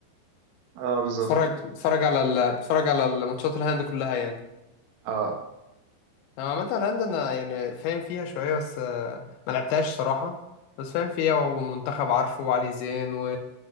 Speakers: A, on the right; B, on the left.
A: اه بالظبط
B: بتفرج بتفرج على ال... بتفرج على الماتشات الهاند كلها يعني
A: آه.
B: انا عامه الهاند انا يعني فاهم فيها شويه بس آه، ما لعبتهاش صراحه بس فاهم فيها ومنتخب عارفه وعلي زين و...